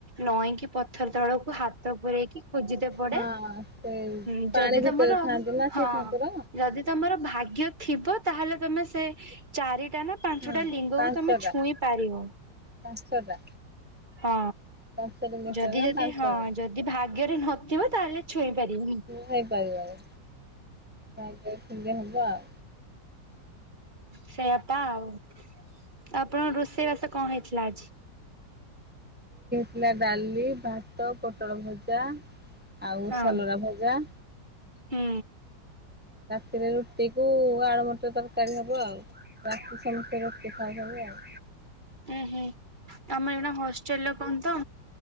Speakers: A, on the right (about 30°); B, in the centre.
A: ନଇଁକି ପଥର ତଳକୁ ହାତ ପୁରେଇକି ଖୋଜିିତେ ପଡେ।
B: ହଁ ସେ
A: ହୁଁ
B: ପାଣି
A: ଯଦି
B: ଭିତରେ
A: ତମର
B: ଥାଆନ୍ତି ନା
A: ହଁ
B: ସେ ଠାକୁର।
A: ଯଦି ତମର ଭାଗ୍ୟ ଥିବ ତାହେଲେ ତମେ ସେ ଚାରି ଟାନା ପାଞ୍ଚଟା
B: ହଁ
A: ଲିଙ୍ଗକୁ
B: ପାଞ୍ଚଟା
A: ତମେ ଛୁଇଁ ପାରିବ।
B: ପାଞ୍ଚଟା
A: ହଁ
B: ପଞ୍ଚଲିଙ୍ଗେଶ୍ୱର
A: ଯଦି
B: ନା
A: ଯଦି
B: ପାଞ୍ଚଟା।
A: ହଁ ଯଦି ଭାଗ୍ୟରେ ନ ଥିବ ତାହେଲେ ଛୁଇଁପାରିବନି।
B: ହେଇପାରିବନି ଭାଗ୍ୟରେ ଥିଲେ ହେଲା ଆଉ।
A: ସେଇଆ ପା ଆଉ ଆ ଆପଣଙ୍କର ରୋଷେଇ ବାସ କଣ ହେଇଥିଲା ଆଜି?
B: ଥିଲା ଡାଲି, ଭାତ, ପୋଟଳ ଭଜା, ଆଉ
A: ହଁ
B: ସଲରା ଭଜା।
A: ହୁଁ।
B: ସେଥିରେ ରୁଟିକୁ ଆଳୁମଟର ତରକାରୀ ହବ ଆଉ ରାତି ସମସ୍ତେ ରୁଟି ଖାଇଦେବେ ଆଉ।
A: ଏହେ ଆମ ଏଇନା ହଷ୍ଟେଲରେ କଣ ତ